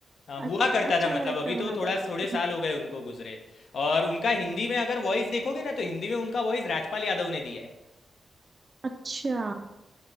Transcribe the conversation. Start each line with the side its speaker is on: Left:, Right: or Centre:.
Left: हाँ
Right: अ-
Left: हुआ करता
Right: अच्छा
Left: था मतलब
Right: करेक्टर
Left: अभी
Right: बनाता
Left: तो थोड़ा
Right: है हम्म,
Left: थोड़े साल हो गए उनको गुजरे और उनका हिंदी में अगर वॉइस देखोगे ना तो हिंदी में उनका वॉइस राजपाल यादव ने दिया है
Right: अच्छा